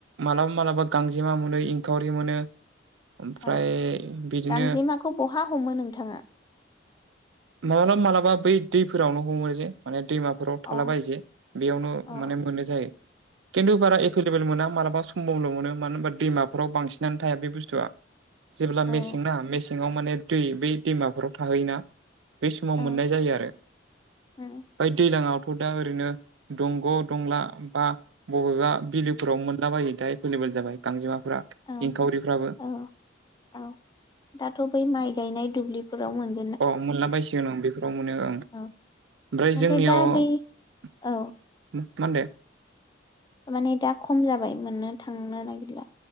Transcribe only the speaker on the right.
मालाबा मालाबा गांजेमा मोनो, इंखावरि मोनो, ओमफ्राय
बिदिनो
माब्लाबा मालाबा बै दैफोरावनो हमो जे माने दैमा बेफोराव
थाला बायो जे बेयावनो
माने मोननाय जायो। खिन्थु बारा एभेलेबोल मोना। मालाबा समबावल' मोनो मानो होनबा दैमाफोराव बांसिनानो थाया बे बुस्थुआ जेब्ला
मेसेंना मेसेङाव माने दै बै दैमाफोराव थाहैयोना बे समाव
मोननाय जायो आरो
ओमफ्राय दैज्लाङावथ' दा ओरैनो दंग' दंला बा बबेबा बिलोफोराव मोनलाबायो दा एभेलेबेल जाबाय गांजेमाफ्रा,
इंखावरिफ्राबो
अ मोनला बायसिगोन औ बेफोराव मोनो ओं
ओमफ्राय
जोंनियाव
मा
होनदो?